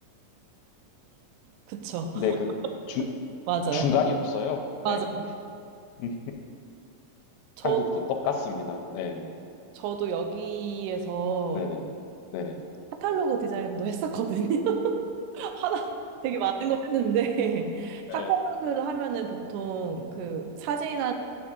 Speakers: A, on the right; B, on the left.
A: 그쵸. <laughs>
B: 근데 그 중,
A: 맞아요.
B: 중간이 없어요.
A: <laughs> 맞아.
B: 네. 음,
A: 저도,
B: 한국도 똑같습니다. 네
A: 저도 여기에서
B: 네네. 네네.
A: 카탈로그 디자인도 했었거든요. 하나 되게 많은 걸 했는데 <laughs> 카탈로그를
B: 네 네
A: 하면은 보통 그 사진이랑